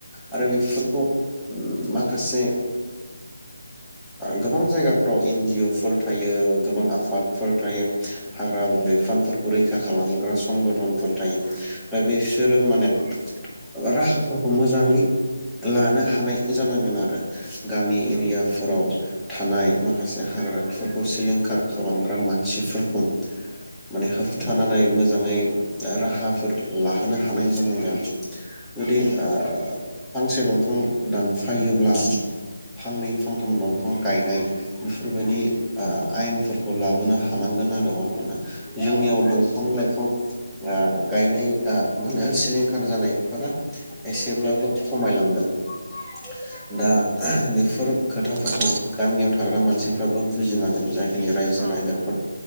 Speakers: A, in the centre; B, on the right (about 25°).
A: आरो बेफोरखौ उम माखासे ओ गोबां जायगाफ्राव इन जि अ फोर थायो गोबां आफादफोर थायो हाग्रा
B: हायो
A: बिफानफोरखौ रैखा खालाम खालामग्रा संगदनफोर थायो दा बिसोरो माने राहाफोरखौ मोजाङै लानो हानाय जानांगोन आरो। गामि
B: उम
A: एरियाफोराव थानाय माखासे हाग्राफोरखौ सिलिंखार खालामग्रा मान सिफोरखौ माने होबथानानै मोजाङै राहाफोर लाहोनो हानाय जानांगोन। जुदि
B: औ
A: ओ फांसे दंफां दान फायोब्ला फांनै फांथाम दं दंफां गायनाय बेफोरबायदि ओ आयेनफोरखौ लाबोनो हानांगोन आरो अब्लाना जोंनियाव दंफां लाइफां ओ गायनाय ओ मा होनो सिलिंखार जानायफोरा एसेब्लाबो खमायलांगोन। <unintelligible> दा ओ बेफोर खोथाफोर
B: खोथा
A: खौ गामियाव थाग्रा मानसिफ्राबो बुजिनांगोन जाखिनि रायजो
B: औ
A: राजाफोर